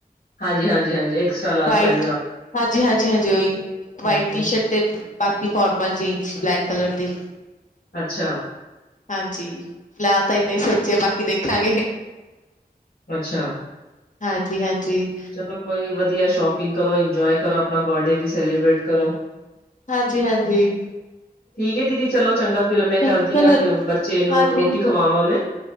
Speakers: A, on the left; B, on the left.
A: ਹਾਂਜੀ, ਹਾਂਜੀ, ਹਾਂਜੀ ਐਕਸਟਰਾ ਲਾਰਜ
B: ਵਾਈਟ
A: ਸਾਈਜ਼ ਵਾਲਾ
B: ਹਾਂਜੀ-ਹਾਂਜੀ-ਹਾਂਜੀ ਓਈ।
A: ਹੂੰ, ਹੂੰ
B: ਟੀ ਸ਼ਰਟ ਤੇ ਬਾਕੀ ਫੋਰਮਲ ਜੀਨਸ ਬਲੈਕ ਕਲਰ ਦੀ
A: ਅੱਛਾ।
B: ਹਾਂਜੀ ਫਿਲਹਾਲ ਤਾਂ ਇਨਾ ਈ ਸੋਚਿਆ ਬਾਕੀ ਦੇਖਾਂਗੇ।
A: ਅੱਛਾ।
B: ਹਾਂਜੀ-ਹਾਂਜੀ।
A: ਚਲੋ ਕੋਈ ਨੀ ਵਧੀਆ ਸ਼ੋਪਿੰਗ ਕਰੋ ਇੰਜੋਏ ਕਰੋ ਆਪਣਾ ਬਰਡੇ ਵੀ ਸੈਲੀਬ੍ਰੇਟ ਕਰੋ।
B: ਹਾਂਜੀ-ਹਾਂਜੀ।
A: ਠੀਕ ਆ ਦੀਦੀ ਚਲੋ ਚੰਗਾ ਫੇਿਰ ਮੈਂ
B: ਯੂ।
A: ਕਰਦੀ
B: ਚਲੋ
A: ਹਾਂ ਫ ਬੱਚੇ ਨੂੰ
B: ਹਾਂਜੀ
A: ਰੋਟੀ ਖਵਾਵਾਂ ਮੈਂ।